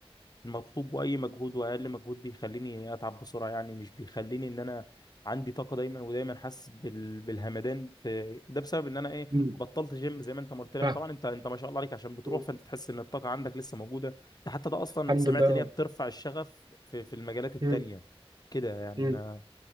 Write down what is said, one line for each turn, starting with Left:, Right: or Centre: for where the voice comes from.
Left: المطلوب واي مجهود واقل مجهود بيخليني اتعب بسرعه يعني مش بيخليني ان انا عندي طاقه دايما ودايما حاسس بال- بالهمدان في ده بسبب ان انا إيه،
Right: مم.
Left: بطلت جيم زي ما انت ما قلت لك
Right: فاهم.
Left: طبعا انت انت ما شاء الله عليك عشان بتروح
Right: مم.
Left: فانت تحس ان الطاقه عندك لسه موجوده ده حتى ده اصلا
Right: الحمد
Left: سمعت
Right: لله آه.
Left: ان هي بترفع الشغف في في المجالات التانيه
Right: مم.
Left: كده يعني
Right: مم.